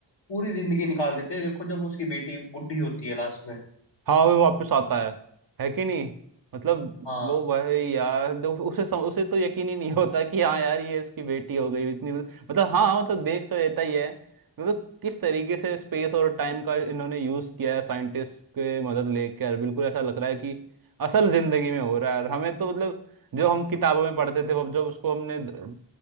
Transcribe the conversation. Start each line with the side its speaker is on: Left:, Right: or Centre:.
Left: पूरी जिंदगी निकाल देते हैं देखो जब उसकी बेटी बुढ़ी होती है लास्ट में
Right: हाँ वो वापस आता है है कि नहीं मतलब
Left: हाँ
Right: वो भाई यार दो- उसे सम, उसे तो यकीन ही नहीं होता कि हाँ यार ये इसकी बेटी हो गई इतनी मतलब हाँ मतलब देख तो रहता ही है मतलब किस तरीके से स्पेस और टाइम का इन्होंने यूज किया है साइंटिस्ट के मदद लेकर बिल्कुल ऐसा लग रहा है कि असल जिंदगी में हो रहा है और हमें तो मतलब जो हम किताबों में पढ़ते थे वो- जब उसको हमने द-